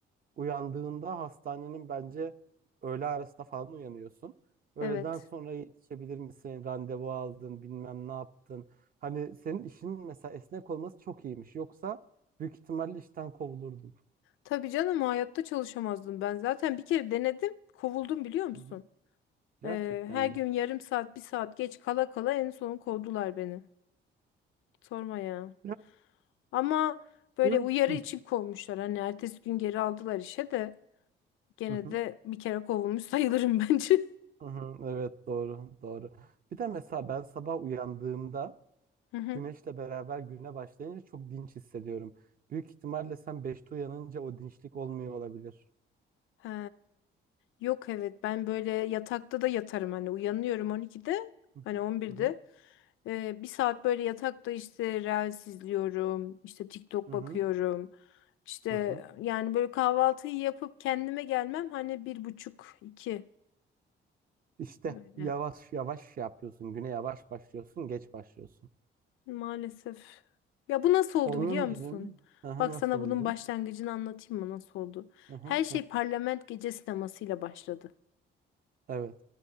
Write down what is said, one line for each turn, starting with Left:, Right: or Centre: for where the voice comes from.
Right: Uyandığında hastanenin bence öğle arasında falan uyanıyorsun. Öğleden
Left: Evet.
Right: sonra yetişebilir misin? Randevu aldın, bilmem ne yaptın. Hani senin işin mesela esnek olması çok iyiymiş. Yoksa büyük ihtimalle işten kovulurdun.
Left: Tabii canım hayatta çalışamazdım ben. Zaten bir kere denedim, kovuldum biliyor musun?
Right: Hı hı. Gerçekten
Left: Ee, her
Right: mi?
Left: gün yarım saat, bir saat geç kala kala en son kovdular beni. Sorma ya.
Right: Hı
Left: Ama böyle
Right: hı.
Left: uyarı
Right: Hı
Left: için kovmuşlar. Hani ertesi gün geri aldılar işe de gene
Right: hı.
Left: de bir kere kovulmuş sayılırım <laughs> bence.
Right: Hı hı. Evet doğru doğru. Bir de mesela ben sabah uyandığımda
Left: <laughs>
Right: güneşle beraber güne başlayınca çok dinç hissediyorum. Büyük ihtimalle sen 5'te uyanınca o dinçlik olmuyor olabilir.
Left: Ha. Yok evet ben böyle yatakta da yatarım hani uyanıyorum 12'de
Right: Hı
Left: hani
Right: hı.
Left: 11'de
Right: Hı hı.
Left: Ee, bir saat böyle yatakta işte Reels izliyorum işte TikTok
Right: Hı
Left: bakıyorum
Right: hı.
Left: işte
Right: Hı hı.
Left: yani böyle kahvaltıyı yapıp kendime gelmem hani bir buçuk iki
Right: İşte
Left: öyle
Right: yavaş yavaş şey yapıyorsun. Güne yavaş başlıyorsun, geç başlıyorsun.
Left: maalesef ya bu nasıl oldu
Right: Onun
Left: biliyor musun?
Right: yerine hı
Left: Bak
Right: nasıl
Left: sana
Right: oldu?
Left: bunun başlangıcını anlatayım mı nasıl oldu?
Right: Hı hı,
Left: Her şey Parlament Gece sinemasıyla başladı.
Right: Evet.